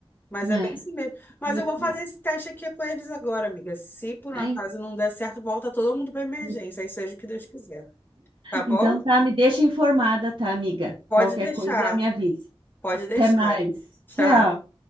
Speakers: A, on the left; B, on the right.
A: Mas
B: É.
A: é bem assim mesmo. Mas
B: E,
A: eu
B: é
A: vou
B: bom,
A: fazer esse teste aqui com eles agora, amiga. Se por
B: aí-
A: um acaso não der certo, volta todo mundo para emergência,
B: <laughs>
A: aí seja o que Deus quiser. Tá bom?
B: Então tá, me deixa informada, tá, amiga?
A: Pode
B: Qualquer
A: deixar.
B: coisa, me avisa.
A: Pode deixar.
B: Até mais.
A: Tchau.
B: Tchau.